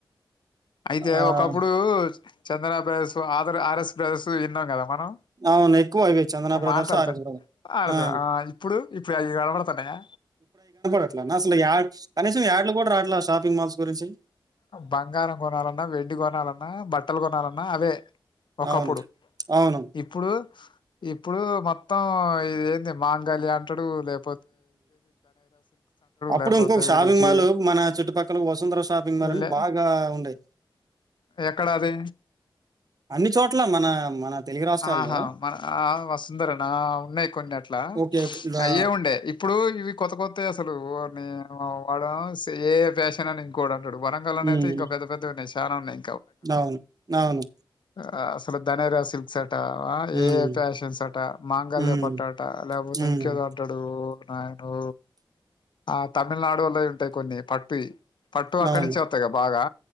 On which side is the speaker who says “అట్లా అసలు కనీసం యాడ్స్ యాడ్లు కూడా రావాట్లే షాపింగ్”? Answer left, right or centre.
Right